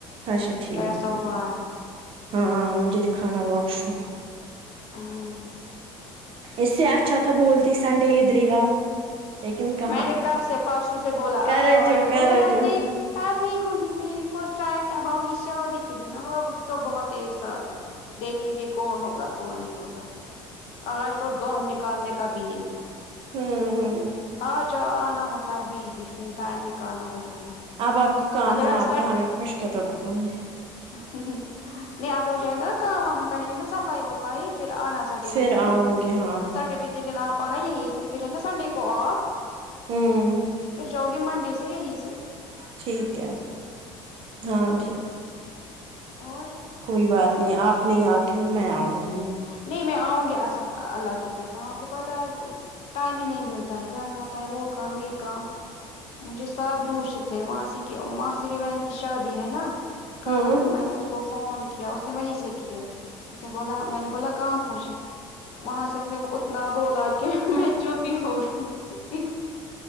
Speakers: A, on the right; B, on the left.
A: اچھا ٹھیک
B: کیسا
A: ہے
B: ہوا
A: ہاں ہاں مجھے دکھانا واش روم
B: اور
A: اس سے اچھا تھا بولتی سنڈے ادھر ہی آؤ لیکن کہاں
B: میں نے کب سے پرسوں سے بولا
A: کرو
B: آجاؤ
A: جو
B: آجاؤ
A: کرو
B: بولے اب
A: جو
B: دیکھ ہاں دیکھوں گی میری پاس ٹائم اب آؤں گی شادی کے دن تو بہت ایک سال ہے دیکھیں گے کون ہوگا کون نہیں ہوگا آج تو دوہ نکالنے کا بھی ایم ہے
A: ہوں
B: آ جاؤ آنا ہوتا ہے بیچ بیچ میں ٹائم نکالنا ہوتا ہے
A: اب آپ کو کام
B: اگر
A: ہے
B: آپ
A: نا
B: سٹ
A: کا ہمیں خشک تو ڈھاؤں گی
B: نہیں آپ ہو جائے گا ناں کام آ کریں گے نا صفائی وفائی پھر آنا سٹرڈے
A: پھر
B: کے
A: آؤں
B: دن
A: گی ہاں
B: سٹرڈے
A: ہاں
B: کی کے دن آپ آنا یہی سے پھر ہے ناں سنڈے کو آف
A: ہمم
B: پھر جاؤ گے منڈے سے یہیں سے
A: ٹھیک ہے ہاں ٹھیک
B: اور
A: کوئی بات نہیں آپ نہیں آتی ہو میں آؤں گی
B: نہیں میں آؤں گی اسہ اللہ کی قسم آپ کو پتہ ہے ٹائم ہی نہیں ملتا ہے گھر میں ہوتا ہے وہ کام یے کام مجھے سب روشت ہے ماسی کی ماسری بہن کی شادی ہے نا کل
A: ہوں
B: میں نے اس کو فون کیا اس نے وہی سے کیا اس نے بولا میں نے بولا کہاں پہنچے وہاں سے اس نے اتنا بولا میں چپ ہی ہو گئی